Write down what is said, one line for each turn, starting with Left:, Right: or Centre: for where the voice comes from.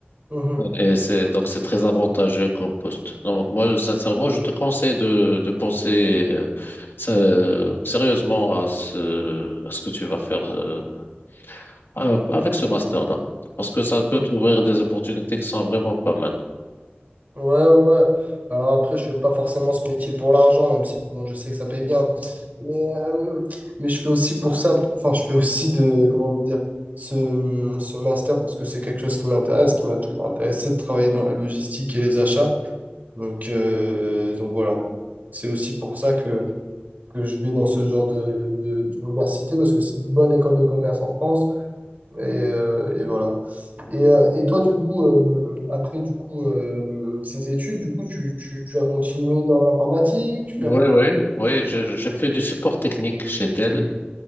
Right: Mhm.
Left: Et c'est donc c'est très avantageux comme poste. Donc moi, sincèrement, je te conseille de, de penser euh, sé- sérieusement à ce, à ce que tu vas faire euh, à- avec ce master-là. Parce que ça peut
Right: Mhm.
Left: t'ouvrir des opportunités qui sont vraiment pas mal.
Right: Ouais, ouais, ouais. Alors après, je fais pas forcément ce métier pour l'argent, même si bon, je sais que ça paye bien. Mais, euh, mais je fais aussi pour ça. Enfin, je fais aussi de, comment dire, ce, mmh, ce master parce que c'est quelque chose qui m'intéresse, qui m'a toujours intéressé de travailler dans la logistique et les achats. Donc, euh, donc voilà. C'est aussi pour ça que que je vais dans ce genre de, de- d'université parce que c'est une bonne école de commerce en France. Et, euh, et voilà. Et, euh, et toi, du coup, euh, après du coup, euh, ces études, du coup, tu, tu, tu as continué dans l'informatique, tu
Left: Oui,
Right: as fait quoi?
Left: oui. Oui, je- j'ai fait du support technique chez Dell.